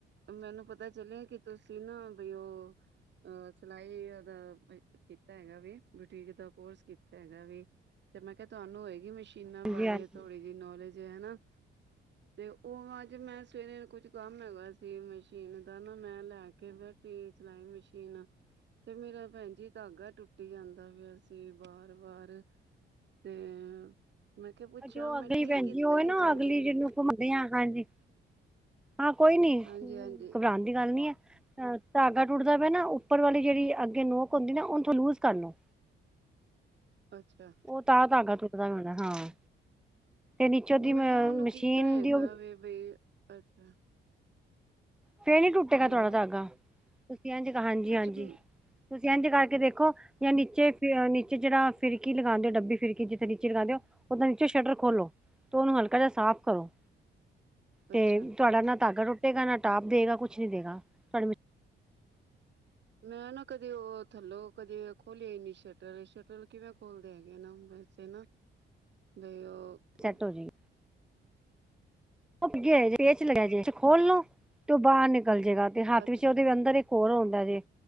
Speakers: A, on the right (about 60°); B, in the centre.
A: ਮੈਨੂੰ ਪਤਾ ਚੱਲਿਆ ਕਿ ਤੁਸੀਂ ਨਾ ਬਈ ਉਹ ਸਿਲਾਈ ਦਾ ਕੀਤਾ ਹੈਗਾ ਵੀ ਬਟੀਕ ਦਾ ਕੋਰਸ ਕੀਤਾ ਹੈਗਾ ਵੀ ਤੇ ਮੈਂ ਕਿਹਾ ਤੁਹਾਨੂੰ ਹੋਏਗੀ ਮਸ਼ੀਨਾਂ ਬਾਰੇ
B: ਹਾਂਜੀ-ਹਾਂਜੀ।
A: ਨੌਲੇਜ ਹੈ ਹੈਨਾ। ਤੇ ਉਹ ਅੱਜ ਮੈਂ ਸਵੇਰੇ ਨੂੰ ਕੁਛ ਕੰਮ ਹੈਗਾ ਸੀ ਮਸ਼ੀਨ ਦਾ ਨਾ, ਮੈਂ ਲੈ ਕੇ ਬੈਠੀ ਸਿਲਾਈ ਮਸ਼ੀਨ ਤੇ ਮੇਰਾ ਭੈਣ ਜੀ ਧਾਗਾ ਟੁੱਟੀ ਜਾਂਦਾ ਪਿਆ ਸੀ। ਵਾਰ ਵਾਰ ਤੇ ਮੈਂ ਕਿਹਾ। ਪੁੱਛਾਂ
B: ਜੋ
A: ਮੈਂ
B: ਅਗਲੀ
A: ਠੀਕ
B: ਪੈਜੀ
A: ਕੀਤਾ
B: ਉਹ
A: ਹੈਗਾ
B: ਨਾ ਅਗਲੀ
A: ਵੇ
B: ਜਿਹਨੂੰ ਘੁੰਮਾਨੇ ਆ ਹਾਂਜੀ ਹਾਂ ਕੋਈ ਨੀ
A: ਹਾਂਜੀ-ਹਾਂਜੀ,
B: ਘਬਰਾਉਣ ਦੀ ਗੱਲ ਨੀ ਐ। ਅਹ ਧਾਗਾ ਟੁੱਟਦਾ ਪਿਆ ਨਾ ਉੱਪਰ ਵਾਲੀ ਜਿਹੜੀ ਅੱਗੇ ਨੋਕ ਹੁੰਦੀ ਨਾ ਉਹਨੂੰ ਤੋਂ ਲੂਜ ਕਰ ਲੋ।
A: ਅੱਛਾ
B: ਔ ਤਾਂ ਤਾਗਾ ਪਤਾ ਨੀ ਲਗਾ, ਹਾਂ। ਨੀਚੋਂ ਦੀ
A: ਮੈਂ
B: ਮਸ਼ੀਨ
A: ਉਹਨੂੰ ਕੀਤਾ ਹੈਗਾ
B: ਦੀ ਉਹ
A: ਵੇ ਬਈ, ਅੱਛਾ
B: ਫੇਰ ਨੀ ਟੁੱਟੇਗਾ
A: ਹੈਲੋ
B: ਤਵਾਦਾ ਧਾਗਾ। ਇੰਜ ਹਾਂਜੀ
A: ਅੱਛਾ
B: ਹਾਂਜੀ ਤੁਸੀ ਇੰਝ ਕਰਕੇ ਦੇਖੋ, ਜਾਂ ਨੀਚੇ ਫਿਰ ਨੀਚੇ ਜਿਹੜਾ ਫਿਰਕੀ ਲਗਾਉਂਦੇ ਡੱਬੀ ਫਿਰਕੀ ਜਿੱਥੇ ਨੀਚੇ ਲਗਾਉਂਦੇ ਹੋ ਓਦਾਂ ਨੀਚੇ ਸ਼ਟਰ ਖੋਲੋ ਤੇ ਉਹਨੂੰ ਹਲਕਾ ਜਿਹਾ ਸਾਫ਼ ਕਰੋ।
A: ਅੱਛਾ,
B: ਤੇ ਤੁਹਾਡਾ ਨਾ ਧਾਗਾ ਟੁੱਟੇਗਾ ਨਾ ਸਟਾਫ ਦੇਗਾ ਕੁਛ ਨੀ ਦੇਗਾ ਤੁਹਾਡੀ ਮਸ਼ੀਨ
A: ਮੈਂ ਨਾ ਕਦੇ ਉਹ ਥੱਲੋਂ ਕਦੇ ਖੋਲਿਆ ਹੀ ਨੀ ਸ਼ਟਲ ਸ਼ਟਲ ਕਿਵੇਂ ਖੋਲਦੇ ਹੈਗੇ ਨਾ ਵੈਸੇ ਨਾ ਬਈ ਉਹ
B: ਸੈੱਟ
A: <unintelligible>
B: ਹੋ ਜਾਏਗੀ ਪੇਚ ਲਗਿਆ ਜੇ ਖੋਲੋ ਤੇ ਬਾਹਰ ਗਲ ਜੇਗਾ ਤੇ ਹੱਥ
A: ਅੱਛਾ,
B: ਵਿੱਚ ਉਹਦੇ ਅੰਦਰ ਹੋਰ ਆਉਂਦਾ ਜੇ